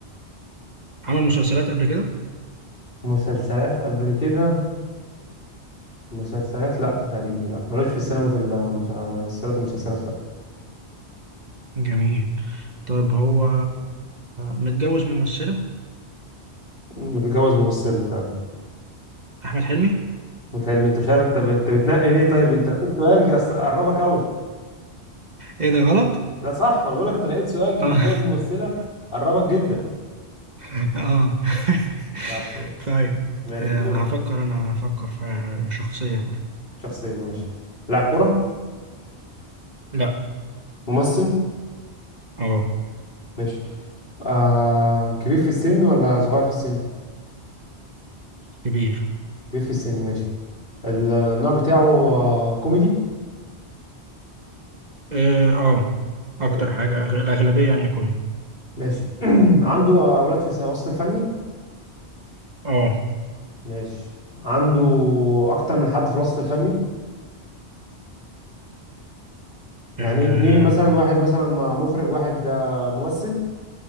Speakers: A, on the right; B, on the left.
A: عمل مسلسلات قبل كده
B: مسلسلات قبل كده مسلسلات لا تقريبا لا ملوش في السينما المس- السينما المسلسلات لا
A: جميل طب هو متجوز ممثلة
B: متجوز ممثلة فعلا
A: أحمد حلمي
B: متهيألي انت مش عارف انت انت بتنقي ليه طيب انت نقيت سؤال جس- قربك قوي
A: إيه ده غلط؟
B: لا صح ما انا بقول لك انت نقيت سؤال
A: آه
B: متجوز ممثله قربك جدا
A: <laughs> آه <laughs>
B: طب
A: طيب
B: ماشي
A: آه
B: دوري
A: هفكر أنا هفكر في شخصية برضه
B: شخصيه ماشي لاعب كره
A: لا
B: ممثل
A: آه
B: ماشي آه كبير في السن ولا صغير في السن
A: كبير
B: كبير في السن ماشي النوع بتاعه آه كوميدي
A: آه آه أكتر
B: حلو
A: حاجة أغ- الأغلبية يعني كوميدي
B: ماشي <clears throat> عنده اولاد في الوسط الفني
A: آه
B: ماشي عنده اكتر من حد في الوسط الفني يعني
A: آه
B: ابنين مثلا واحد مثلا مخرج واحد آه، ممثل